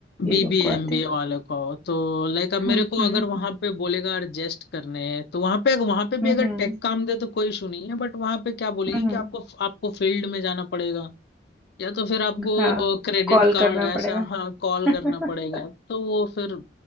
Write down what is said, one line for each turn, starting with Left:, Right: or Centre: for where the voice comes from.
Centre: ये
Left: बीबीएमबी
Centre: लोग को आते हैं।
Left: वाले को तो लाइक अब मेरे
Centre: हुँ,
Left: को
Centre: हुँ।
Left: अगर वहां पे बोलेगा एडजस्ट करने हैं, तो वहां पे वहां पे
Centre: हुँ,
Left: भी अगर
Centre: हुँ।
Left: टेक काम दे तो कोई इशू नहीं है बट वहां पे क्या बोलेंगे
Centre: हुँ, हुँ।
Left: कि आपको आपको फील्ड में जाना पड़ेगा या तो फिर आपको
Centre: हाँ,
Left: क्रेडिट
Centre: कॉल
Left: कार्ड
Centre: करना
Left: ऐसा
Centre: पड़ेगा।
Left: हाँ कॉल
Centre: <laughs>
Left: करना पड़ेगा तो वो फिर